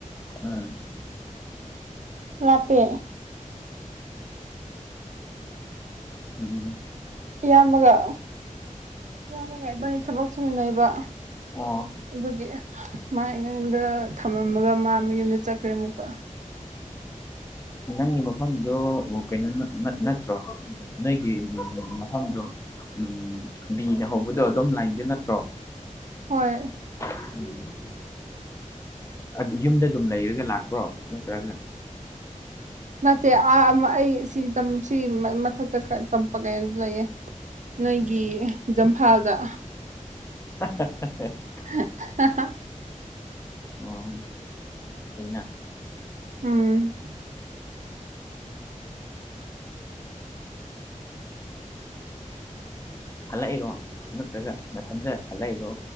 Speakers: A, on the left; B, on the right.
A: ꯎꯝ
B: ꯂꯥꯞꯄꯦ
A: ꯎꯝ
B: ꯏꯌꯥꯝꯕꯒ ꯏꯌꯥꯝꯕꯒ ꯑꯩꯕꯅꯤ ꯊꯕꯛ ꯁꯨꯃꯤꯟꯅꯩꯕ
A: ꯑꯣ
B: ꯑꯗꯨꯗꯤ ꯃꯥ ꯑꯩ ꯃꯌꯨꯝꯗ ꯊꯝꯔꯝꯃꯒ ꯃꯥ ꯃꯌꯨꯝꯗ ꯆꯠꯈ꯭ꯔꯦ ꯑꯃꯨꯛꯀ
A: ꯅꯪꯒꯤ ꯃꯐꯝꯗꯣ ꯀꯩꯅꯣ ꯅꯠ ꯅꯠꯇ꯭ꯔꯣ ꯅꯣꯏꯒꯤ ꯃꯐꯝꯗꯣ ꯎꯝ ꯕꯤꯅ ꯍꯧꯕꯗꯣ ꯑꯗꯨꯝ ꯂꯥꯏꯟꯗ ꯅꯠꯇ꯭ꯔꯣ
B: ꯍꯣꯏ
A: ꯎꯝ ꯑꯗ ꯌꯨꯝꯗ ꯑꯗꯨꯝ ꯂꯩꯔꯒ ꯂꯥꯛꯄ꯭ꯔꯣ ꯅꯠꯇ꯭ꯔꯒ
B: ꯅꯠꯇꯦ ꯑꯥ ꯑꯩ <unintelligible> ꯃꯊꯛꯇ ꯈꯔ ꯇꯝꯄ ꯀꯩꯅꯣꯗ ꯂꯩꯌꯦ ꯅꯣꯏꯒꯤ ꯖꯝꯐꯥꯜꯗ
A: <unintelligible>
B: <unintelligible>
A: ꯑꯣ ꯐꯩꯅꯥ
B: ꯎꯝ
A: ꯍꯜꯂꯛꯏꯔꯣ ꯅꯠꯇ꯭ꯔꯒ ꯃꯊꯟꯗ ꯍꯜꯂꯛꯏꯔꯣ